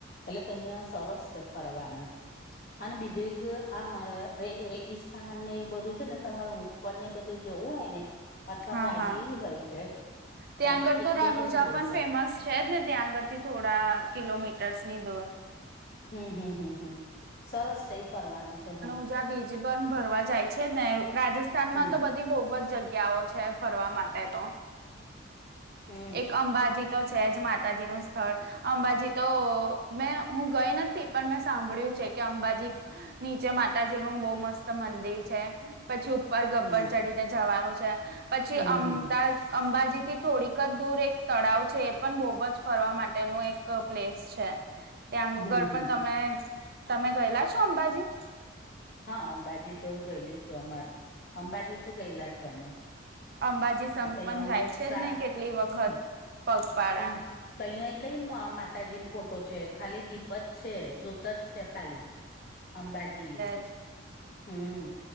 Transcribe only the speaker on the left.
એટલે તયા સરસ છે ફરવાનું. અને બીજું આમ રે રેગિસ્તાન ને એ બધું છે ને તમારું પણ ને બધે જવું હોય ને અથવા
ગાડી
એ હોય છે.
આમ
એક
બે જ ને બેસાય
હમ્મ, હમ્મ, હમ્મ, હમ્મ સરસ તેય ફરવાનું છે હ.
હમ
હમ
હમ
હમ
હમ
હમ હમ હમ
હા અંબાજી તો ગયેલી છુ અમાર અંબાજી તો ગયેલા છો અમે.
તઈ
અમુકસા
હમ્મ,
હમ્મ. તઇ અહીં કઈ મ માતાજીની ફોટો છે ખાલી દીપજ છે જો તત્ છે ખાલી અંબાજી.
હમ્મ,